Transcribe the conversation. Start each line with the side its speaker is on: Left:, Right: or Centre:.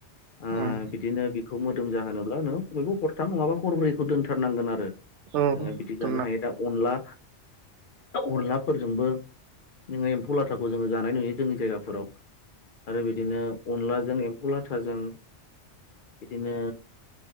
Left: आ
Right: उम
Left: बिदिनो बेखौ मोदोम जाहोनोब्ला नों बयबो हरथाम नङाबा हरब्रैखौ दोनथारनांगोन आरो
Right: औ
Left: नोङो बिदि
Right: दोनना
Left: जानो हायो दा अनला अनलाफोरजोंबो नोङो एम्फौ लाथाखौ खौ जोङो जानाय नुयो जोंनि जायगाफोराव आरो बिदिनो अनलाजों एम्फौ लाथाजों बिदिनो